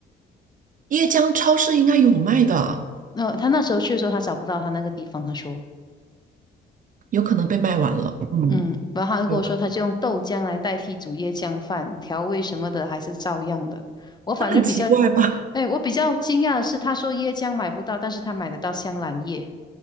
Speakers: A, on the right; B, on the left.
A: 椰浆超市应该有卖的，
B: 那、他那时候去的时候，他找不到他那个地方，他说。
A: 有可能被卖完了。嗯，
B: 嗯，然后他就跟我说，
A: 有可能，
B: 他就用豆浆来代替煮椰浆饭，调味什么的还是照样的。我反正比较，
A: 那很奇怪吧？
B: 哎，我比较惊讶的是，他说椰浆买不到，但是他买得到香兰叶、